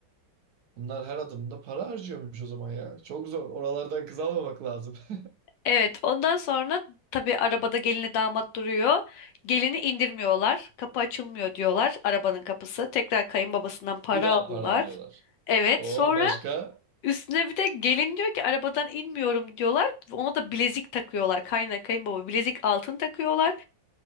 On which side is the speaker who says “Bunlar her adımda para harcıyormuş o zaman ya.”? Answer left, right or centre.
Right